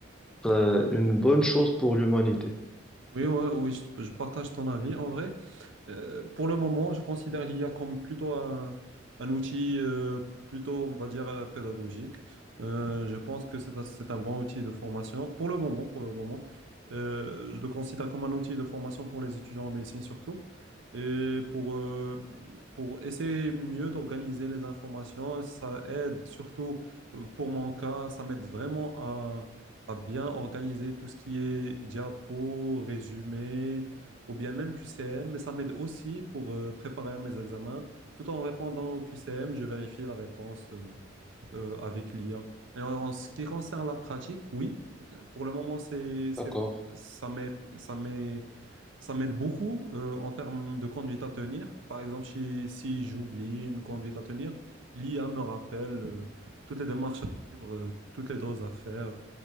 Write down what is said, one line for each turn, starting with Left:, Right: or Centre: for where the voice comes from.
Centre: euh, une bonne chose pour l'humanité.
Right: Oui, ouais, oui, je, je partage ton avis. En vrai, euh, pour le moment, je considère l'IA comme plutôt un, un outil, euh, plutôt, on va dire, euh, pédagogique. Euh, je pense que c'est un, c'est un bon outil de formation. Pour le moment, pour le moment, euh, je le considère comme un outil de formation pour les étudiants en médecine surtout. Et pour, euh, pour essayer mieux d'organiser les informations, ça aide surtout euh, pour mon cas, ça m'aide vraiment à, à bien organiser tout ce qui est diapo, résumé ou bien même QCM, mais ça m'aide aussi pour euh, préparer mes examens. Tout en répondant au QCM, je vérifie la réponse. euh, euh, avec l'IA. Et en, en ce qui concerne la pratique, oui, euh, pour le moment, c'est, c'est,
Centre: D'accord.
Right: ça m'aide, ça m'est- ça m'aide beaucoup euh, en termes de conduite à tenir. Par exemple, si, si j'oublie une conduite à tenir, l'IA me rappelle euh, toutes les démarches à suivre, euh, toutes les doses à faire,